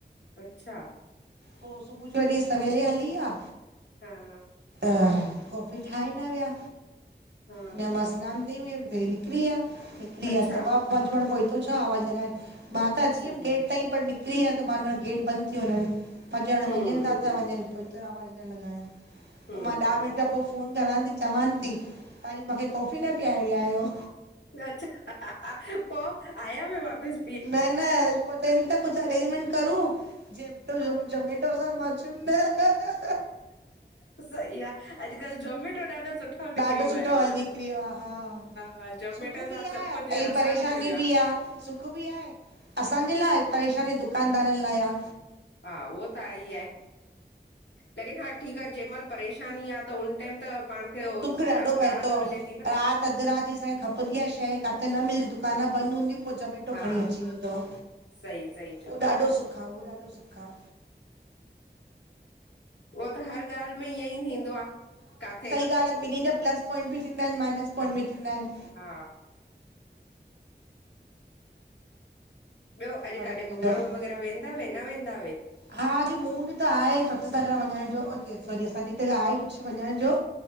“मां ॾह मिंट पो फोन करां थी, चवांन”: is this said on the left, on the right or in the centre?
Right